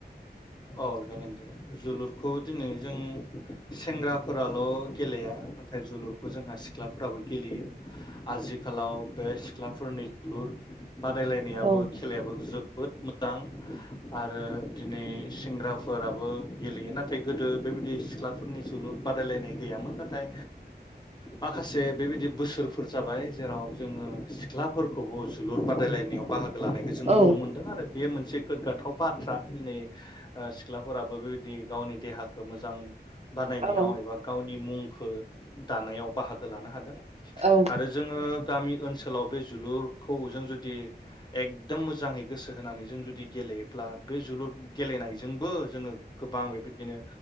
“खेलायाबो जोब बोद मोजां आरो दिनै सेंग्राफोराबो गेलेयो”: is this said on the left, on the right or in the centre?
Left